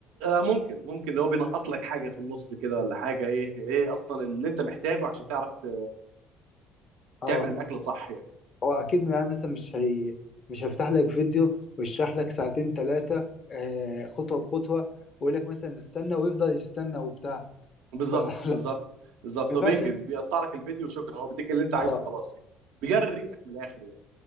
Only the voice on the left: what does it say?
اه
هو اكيد يعني مثلا مش هي مش هيفتح لك فيديو ويشرح لك ساعتين ثلاثه آه خطوه بخطوه ويقول لك مثلا استنى ويفضل يستنى وبتاع
فلا
<laughs>
ما
ينفعش
يعني.
اه